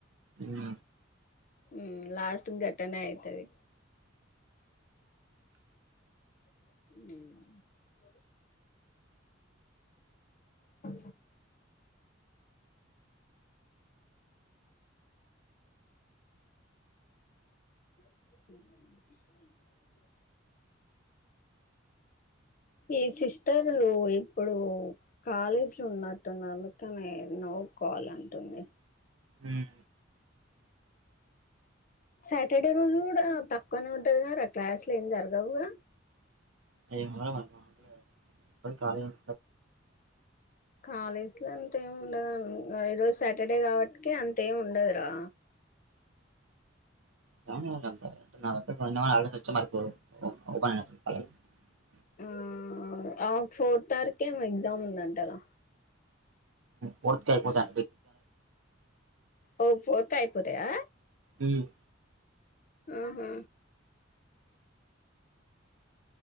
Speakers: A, on the right; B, on the left.
A: హ్మ్
B: హ్మ్ లాస్ట్ ఘట్టనే అయితది హ్మ్ అ హ్మ్ ఈ సిస్టర్లు ఇప్పుడు కాలేజీ లో ఉన్నట్టున్న అందుకనే నో కాల్ అంటుంది
A: హ్మ్
B: సాటర్డే రోజు కూడా తక్కువనే ఉంటది కదారా క్లాసులు ఏం జరగవుగా
A: అయళ వర్ అయినా కాలేజ్
B: కాలేజ్ లో అంతేమి ఉండదు ఈరోజు సాటర్డే కాబట్టికి అంత ఏమి ఉండదురా
A: పో <unintelligible>
B: ఆ ఆ ఫోర్త్ అవర్కే ఏమో ఎగ్జామ్ ఉందంటగా
A: ఫోర్త్అయిపోతా
B: ఓ ఫోర్త్ అయిపోతాయా
A: ఉమ్
B: అహా